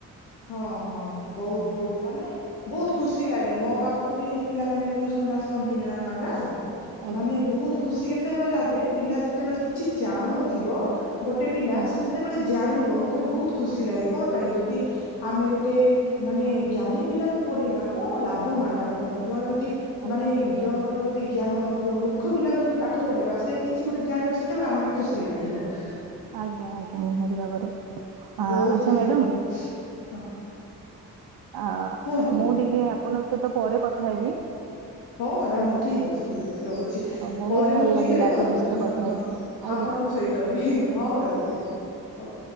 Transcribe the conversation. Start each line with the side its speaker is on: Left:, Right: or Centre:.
Left: ହଁ ହଁ ହଁ ବହୁତ ବହୁତ ମାନେ ବହୁତ ଖୁସି ଲାଗେ ମୋ ପାଖକୁ ବି ପିଲାମାନେ ଟୁସନ ଆସନ୍ତି ନା ମ୍ୟାଡାମ
Right: ଆଜ୍ଞା
Left: ମାନେ
Right: ଆଜ୍ଞା
Left: ବହୁତ ଖୁସି କେତେବେଳେ ଲାଗେ ପିଲା ଯେତେବେଳେ କିଛି ଜାଣୁ ନଥିବ ଗୋଟେ ପିଲା
Right: ଆଜ୍ଞା
Left: ସେ ଯେତେବେଳେ ଜାଣିବ ମତେ ବହୁତ ଖୁସି ଲାଗେ କଣ ପାଇଁ ଯଦି ଆମେ ଗୋଟେ ମାନେ ଜ୍ଞାନୀ ପିଲାକୁ ପଢେଇବା କଣ ଲାଭ ମ୍ୟାଡାମ କୁହନ୍ତୁ ଜଣେ ଯଦି
Right: ଆଜ୍ଞା
Left: ମାନେ
Right: ଆଜ୍ଞା
Left: ଜଣ‌ ଙ୍କର
Right: ନିହାତି
Left: ଯଦି ଜ୍ଞାନ ନଥିବ ମୂର୍ଖ ପିଲାକୁ ଯଦି ପାଠ ପଢ଼ାଇବା, ସେ କିଛି ଗୋଟେ ଜାଣିବା ସେତେବେଳେ ଆମକୁ ଖୁସି ଲାଗିବ। ହଁ।
Right: ଆଜ୍ଞା ଆଜ୍ଞା ନିହାତି ଭାବରେ, ଆଚ୍ଛା
Left: ବହୁତ ବିଷୟ
Right: ମ୍ୟାଡାମ
Left: ହଁ।
Right: ଆ
Left: କୁହନ୍ତୁ
Right: ମୁଁ ଟିକେ ଆପଣଙ୍କ ସହିତ ପରେ କଥା ହେବି।
Left: ହଉ ମ୍ୟାଡାମ୍ ହଉ ଠିକ୍ ଅଛି, ଠିକ୍ ଅଛି ରହୁଛି।
Right: ଆଉ ବହୁତ
Left: ପରେ
Right: ଭଲ
Left: ମୁଁ ଫ୍ରି
Right: ଲାଗିଲା
Left: ହେଲେ
Right: ଆପଣଙ୍କ
Left: କରିବି,
Right: ସହିତ
Left: ହଁ-
Right: କଥା
Left: ହଁ
Right: ହେଇକି ଆଜ୍ଞା
Left: ଆପଣଙ୍କ
Right: ଆଜ୍ଞା
Left: ସହିତ ହଉ ରହୁଛି ହଉ।